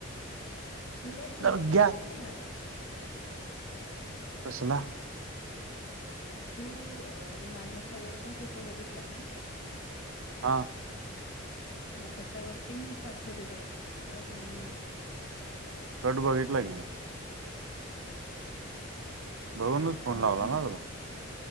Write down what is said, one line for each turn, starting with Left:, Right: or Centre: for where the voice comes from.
Left: तुला फोटो
Right: तर
Left: कस
Right: घ्या
Left: निघाला
Right: कसला
Left: तू माझ्या कवरचा फोटो बघितलास ना
Right: हा
Left: मग त्याच्यावरती मी पाठवलेलं स्कर्ट आणलेलं
Right: स्कर्ट बघितलाय की मग बघूनच
Left: मग काय
Right: फोन
Left: बोललं
Right: लावला
Left: नाहीस
Right: ना तुला